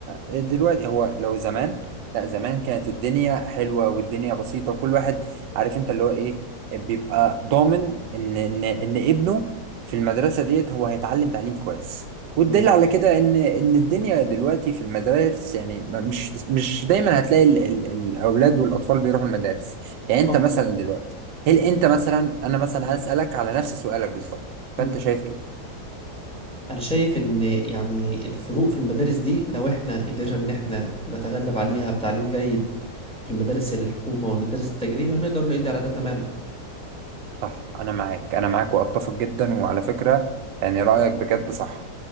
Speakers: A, on the right; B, in the centre.
A: دلوقتي هو لو زمان لا زمان كانت الدنيا حلوه والدنيا بسيطه وكل واحد عارف انت اللي هو ايه بيبقى ضامن ان ان ان ابنه في المدرسه ديت هو هيتعلم تعليم كويس والدليل
B: مم.
A: على كده ان ان الدنيا دلوقتي في المدارس يعني ما- مش مش دايما هتلاقي ال ال الاولاد والاطفال بيروحوا المدارس يعني انت
B: صح
A: مثلا دلوقتي هل انت مثلا انا مثلا هسالك على نفس سؤالك بالظبط
B: مم.
A: فانت شايف ايه
B: انا شايف ان يعني الفروق في المدارس دي لو احنا قدرنا ان احنا نتغلب عليها بتعليم جيد في المدارس الحكومة والمدارس التجريبي هنقدر نقضي على ده تماما
A: صح انا معاك انا معاك واتفق جدا وعلى فكرة يعني رأيك بجد صح